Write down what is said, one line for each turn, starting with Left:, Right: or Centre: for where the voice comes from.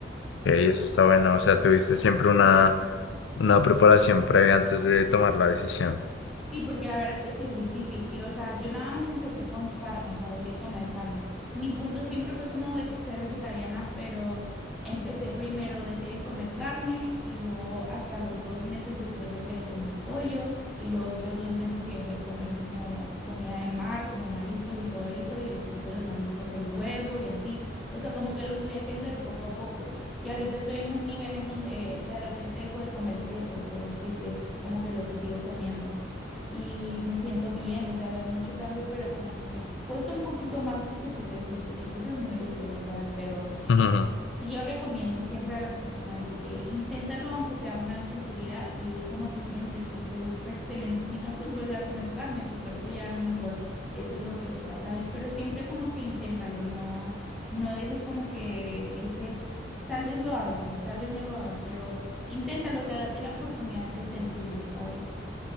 Left: Y eso está bueno, o sea, tuviste siempre una, una preparación previa antes de tomar la decisión.
Centre: Sí, porque la verdad que sí es difícil. Y o sea, yo nada más empecé con carne, o sea, dejé de comer carne. Mi punto siempre fue como ve- ser vegetariana, pero empecé primero, dejé de comer carne y luego hasta los dos meses después dejé de comer pollo y los otros dos meses sí dejé de comer como comida de mar, como mariscos y todo eso y después de los mariscos el huevo y así. O sea, como que lo fui haciendo de poco a poco. Y ahorita estoy en un nivel en donde de repente dejo de comer queso, por decir que es como que lo que sigo comiendo y me siento bien, o sea, veo mucho cambio, pero como que me cuesta un poquito más porque pues el, ques- el queso es muy rico, la verdad, pero
Left: <laughs>
Centre: sí yo recomiendo siempre a las personas de que inténtalo aunque sea una vez en tu vida y ve cómo te sientes, si te gusta, excelente, si no, pues vuelve a comer carne, tu cuerpo ya a lo mejor eso es lo que desea, ¿sabes? Pero siempre como que inténtalo, no, no dejes como que ese... Tal vez lo haga o tal vez no lo haga, pero inténtalo, o sea, date la oportunidad de sentirlo, ¿sabes?